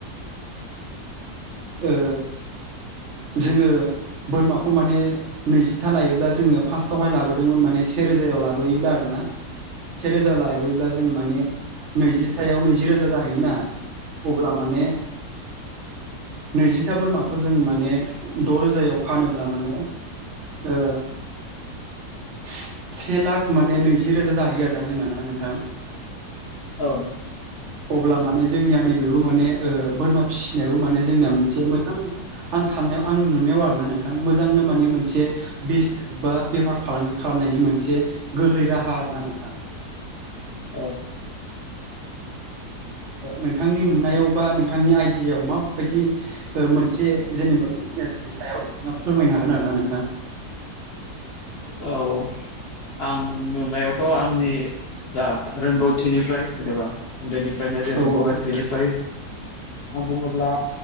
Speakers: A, on the right; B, on the left.
A: ओ जोङो बोरमाखौ माने नैजिथा लायोब्ला जोङो फार्स्टआवहाय लाबोदोंमोन माने सेेरोजायाव लाबोयोब्ला आरो ना सेेरोजा लायबोयोब्ला जोङो माने नैजिथायाव नैजि रोजा जाहैयोना अब्ला माने नैजिथा बोरमाखौ जों माने द' रोजायाव फानोब्ला माने ओ से लाख माने नैजि रोजा जाहैयो आरो ना जोंना नोंथां? <inaudible> <unintelligible>
B: औ
A: अब्ला माने जोंनिया नैबेबो माने ओ बोरमा फिसिनायाबो माने जोंनिना मोनसे मोजां आं साननायाव आंनि नुनायाव आरोना नोंथां मोजांनो माने मोनसे बा बेफार फालांगि खालामनायनि मोनसे गोरलै राहा आरोना नोंथां।
B: औ
A: नोंथांनि नुनायाव बा नोंथांनि आइडियायाव माबायदि ओ मोनसे जेनेबा फिटनेसनि सायाव नोंथाङा फोरमायनो हागोन आरो ना नोंथाङा।
B: औ आं नुनायावथ' आंनि जा रोंगौथिनिफ्राय जेनेबा उन्दैनिफ्रायनो जे
A: औ
B: नुबोबाय बेनिफ्राय आं बुङोब्ला